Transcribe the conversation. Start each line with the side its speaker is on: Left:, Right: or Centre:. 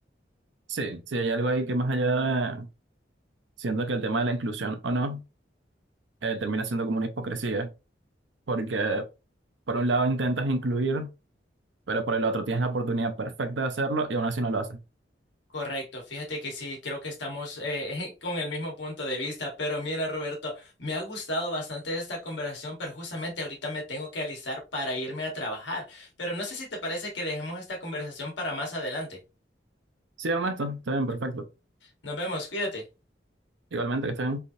Right: Sí, sí, hay algo ahí que más allá de, siento que el tema de la inclusión o no, eh, termina siendo como una hipocresía, porque por un lado intentas incluir, pero por el otro tienes la oportunidad perfecta de hacerlo y aún así no lo haces.
Left: Correcto, fíjate que sí, creo que estamos eh, <laughs> con el mismo punto de vista, pero mira, Roberto, me ha gustado bastante esta conversación, pero justamente ahorita me tengo que alistar para irme a trabajar, pero no sé si te parece que dejemos esta conversación para más adelante.
Right: Sí, Ernesto, está bien, perfecto.
Left: Nos vemos, cuídate.
Right: Igualmente que estén.